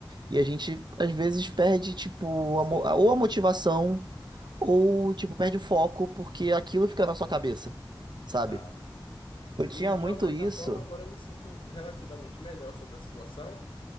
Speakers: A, on the right (about 60°); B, on the left (about 80°).
A: E a gente, às vezes, perde, tipo,
B: Sim,
A: a mo- ou a motivação, ou, tipo, perde o foco, porque aquilo fica na sua cabeça, sabe?
B: exato.
A: Eu tinha
B: E de
A: muito
B: uma certa
A: isso.
B: forma, agora eu me sinto relativamente melhor sobre a situação,